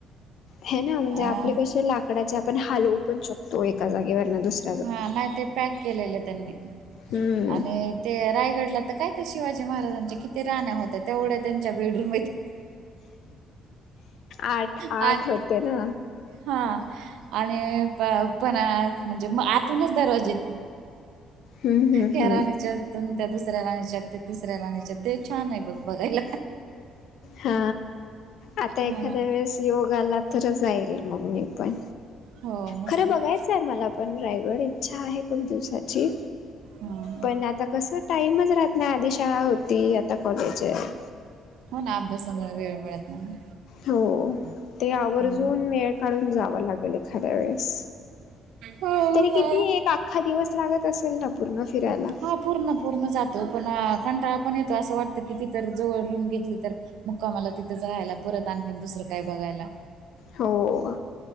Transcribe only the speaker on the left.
हे ना म्हणजे
आपले कसे लाकडाचे आपण हलवू पण शकतो एका जागेवर दुसर
हम्म
आठ
आठ होते ना.
हम्म हम्म
हम्म
हा. आता एखाद्या
वेळेस योग आला तर जाईल मग मी पण.
खरं बघायचंय
मला. पण रायगड इच्छा आहे खूप दिवसाची,
पण आता कस टाइमच राह नाही आधी शाळा होती आता कॉलेज आहे.
हो ते आवर्जून
वेळ काढून जावं लागेल एखाद्या वेळेस.
तरी किती
एक अख्खा दिवस लागत असेल ना पूर्ण फिरायला.
हो.